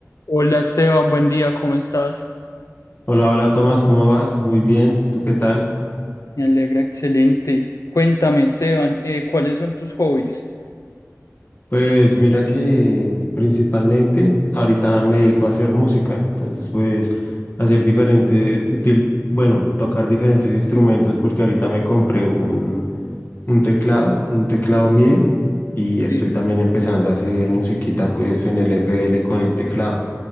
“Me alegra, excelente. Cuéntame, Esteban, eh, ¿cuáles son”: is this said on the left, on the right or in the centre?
Left